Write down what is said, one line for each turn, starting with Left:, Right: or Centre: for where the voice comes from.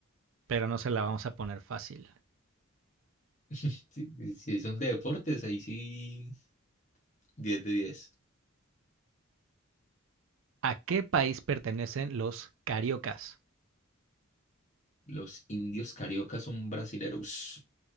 Right: pero no se la vamos a poner fácil.
Left: Si, si son de deportes, ahí sí, diez de 10.
Right: ¿A qué país pertenecen los cariocas?
Left: Los indios cariocas son brasileros.